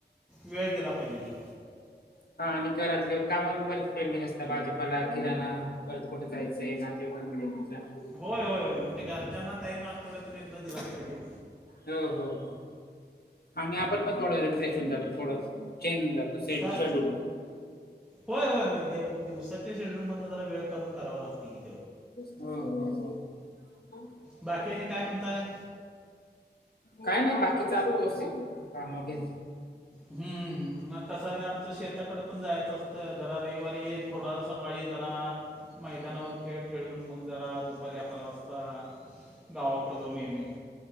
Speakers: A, in the centre; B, on the left (about 60°).
A: वेळ दिला पाहिजे की.
B: <unintelligible> हा आणि घरातले काम बी बरेच पेंडिंग असतात भाजीपाला, किराणा परत कुठे जायचं <unintelligible>
A: होय होय घरच्यांना टाइम आठवड्यातून एकदा दिलाच पाहिजे‌‌.
B: हो हो हो आणि आपण पण थोडं रिफ्रेश होऊन जातो थोडस. चेंज जात सेंड
A: का
B: शेड्यूलचेंज.
A: होय होय होय देव दिवसाच्या शेड्यूल मधन जरा वेळ कडून करावं लागत.
B: हम् हम हम.
A: बाकी आणि काय म्हणताय?
B: काय नाय बाकी चालू् व्यवस्थित काम वगैरे.
A: हम्म मग कसंय आहे आमच शेताकडं पण जायचं असत्- तर जरा रविवारी ये थोडा सकाळी जरा मैदानावर खेळ. खेळून मग जरा दुपारी अकरा वाजता. गावाकडं जाऊन येणे